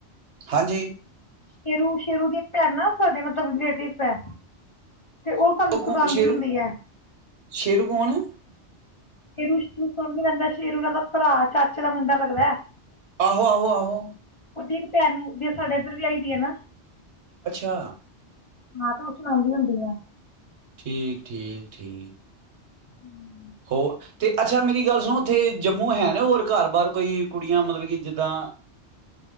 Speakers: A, on the right (about 75°); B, on the left (about 35°).
A: ਹਾਂਜੀ
B: ਸ਼ੇਰੂ-ਸ਼ੇਰੂ ਦੀ ਇੱਕ ਭੈਣ ਨਾ ਸਾਡੇ ਮਤਲਬ ਰਿਲੇਟਿਵ ਹੈ। ਤੇ ਸਾਨੂੰ
A: ਉਹ
B: ਸੁਣਾਉਂਦੀ
A: ਕੋਣ ਸੇ਼ਰੂ,
B: ਹੁੰਦੀ ਹੈ।
A: ਸੇ਼ਰੂ ਕੋਣ?
B: ਸ਼ੇਰੂ ਸ਼ਰੂ ਸਾਮਨੇ ਰਹਿੰਦਾ ਸ਼ੇਰੂ ਉਨਾਂ ਦਾ ਭਰਾ ਚਾਚੇ ਦਾ ਮੁੰਡਾ ਲੱਗਦਾ।
A: ਆਹੋ-ਆਹੋ, ਆਹੋ
B: ਇੱਕ ਭੈਣ ਜੇ ਸਾਡੇ ਇੱਧਰ ਵਿਆਈ ਦੀ ਹੈ ਨਾ।
A: ਅੱਛਾ
B: ਹਾਂ ਤੇ ਉਹ ਸੁਣਾਉਦੀ ਹੁੰਦੀ ਐ।
A: ਠੀਕ-ਠੀਕ, ਠੀਕ
B: ਹਮ
A: ਹੋਰ ਤੇ ਅੱਛਾ ਮੇਰੀ ਗੱਲ ਸੁਣ ਉੱਥੇ ਜੰਮੂ ਹੈ ਨਾ ਹੋਰ ਘਰ ਬਾਹਰ ਕੋਈ ਕੁੜੀਆਂ ਮਤਲਬ ਕਿ ਜਿੱਦਾਂ,